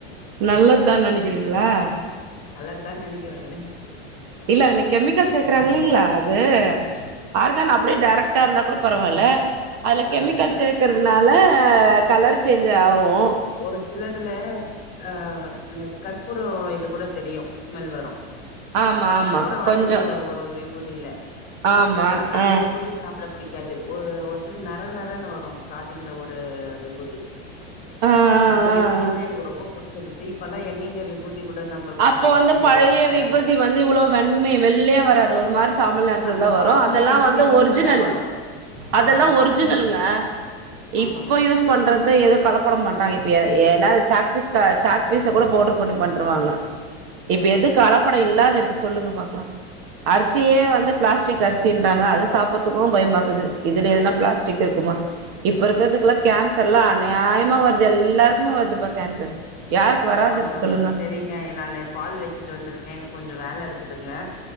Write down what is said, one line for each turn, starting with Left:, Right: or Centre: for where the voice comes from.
Right: நல்லதுதான் நினைக்கிறீர்களா
Left: நல்லது தான் நினைக்கறாங்க.
Right: இல்ல அதுல கெமிக்கல் சேர்க்கறாங்க இல்லீங்களா அது ஆர்கன் அப்படியே டைரக்ட்டா இருந்தா கூட பரவாயில்ல அது
Left: ஆ
Right: கெமிக்கல்ஸ் சேக்கறது அதனால கலர் சேஞ்ச் ஆவும்
Left: ஒரு சிலதுல அஹ் கருப் அப்புறம் இது கூட தெரியும் ஸ்மெல் வரும்
Right: ஆமா ஆமா
Left: கற்பூர வாசனையே
Right: கொஞ்சோ
Left: வரும் ஒரு ஒரு விபூதியில
Right: ஆமா
Left: எனக்கு அந்த
Right: ஆ
Left: விபூதி சாப்பிட பிடிக்காது ஒரு ஒரு சில நற நறன்னு வரும் ஸ்டார்டிங்ல ஒரு விபூதி
Right: ஆ ஆ
Left: அந்த
Right: ஆ
Left: விபூதினா
Right: ஆ
Left: எனக்கு ரொம்ப பிடிச்ச இப்பெல்லாம் எங்கங்க விபூதி கூட நம்ம
Right: அப்ப
Left: அந்த வாசன
Right: வந்து பழைய
Left: இல்லாம தராங்க
Right: விபுதி வந்து இவ்வளவு வெண்மை வெள்ளையா வராது ஒரு மாதிரி சாம்பல் நிறத்துலதான்
Left: அந்த வாசனையே
Right: வரும் அதெல்லாம்
Left: விபூதி
Right: வந்து
Left: வாசன
Right: ஒரிஜினல்
Left: தா வரு
Right: அதெல்லாம்
Left: ஆ அது
Right: ஒரிஜினலுங்க
Left: வாசனையே ஆமாங்க
Right: இப்ப யூஸ் பண்றது ஏதோ கலப்படம் பண்ணுறாங்க இப்போ ஏனா சாக்பீஸ் சாக் பீஸை கூட பவுட்ரு பண்ணி பண்ணருவாங்க இப்ப
Left: ஆமாங்க
Right: எது கலப்படம் இல்லாத இருக்கு சொல்லுங்க பார்க்கலாம் அரிசியே
Left: ஆமாங்க
Right: வந்து பிளாஸ்டிக் அரிசி இன்றாங்க அது சாப்படுறதுக்கும் பயமா இருக்குது இதுலஎதுனா பிளாஸ்டிக் இருக்குமா இப்ப இருக்கிறதுக்கெல்லாம் கேன்சர் எல்லாம் அநியாயமா வருது எல்லாருக்குமே வருதுப்பா கேன்சர் யாருக்கு வராது
Left: ஆமாங்க
Right: இருக்கு சொல்லுங்க
Left: சரிங்க நான் பால் வச்சிட்டு வந்திருக்கேன் எனக்கு கொஞ்சம் வேலை இருக்குது